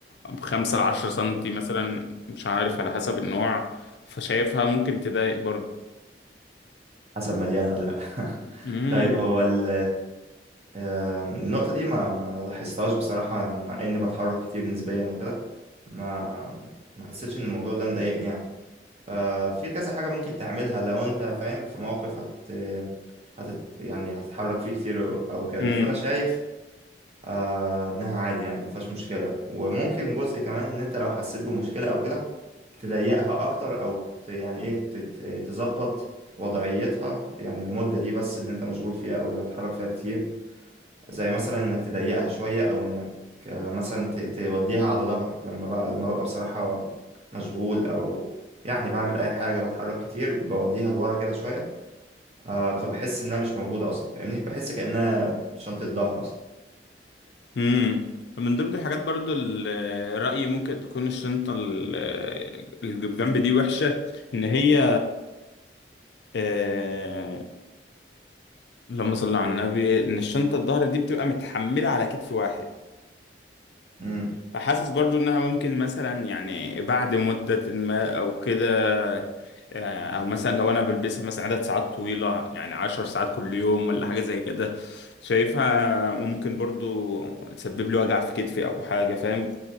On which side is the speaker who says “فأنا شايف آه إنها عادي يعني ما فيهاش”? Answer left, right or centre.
Right